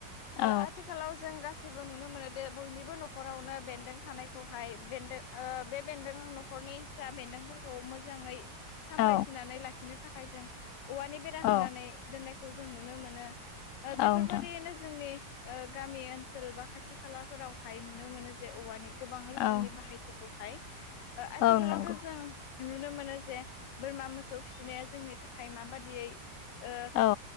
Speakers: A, on the left (about 70°); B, on the left (about 85°).
A: औ
B: ओ आथिखालाव जों गासैबो नुनो मोनो निबो न'खरावनो बेन्दों थानायखौहाय बेदों ओ बे बेन्दों न'खरनि जा बेन्दों खौ मोजाङै सामलायथिनानै
A: औ
B: लाखिनो थाखाय जों औवानि बेरा
A: औ
B: होनानै दोननायखौ जों नुनो मोनो ओ
A: नोंथां
B: बेफोरबाददियैनो जोंनि ओ गामि ओनसोल बा खाथि खालाफोराव हायो नुनो मोनो जे औवानि गोबां रोखोमनि
A: औ
B: बाहायथिखौहाय ओ आथिखालावथ'
A: औ नंगौ
B: जों नुनो मोनो जे बोरमा मोसौ फिसिनाया जोंनि थाखाय माबादियै ओ
A: औ